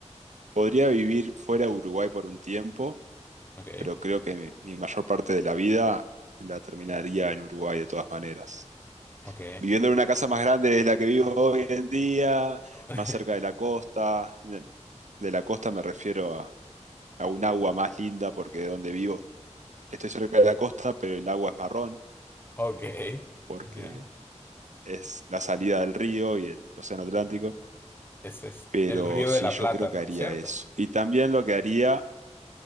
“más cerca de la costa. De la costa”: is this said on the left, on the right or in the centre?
Right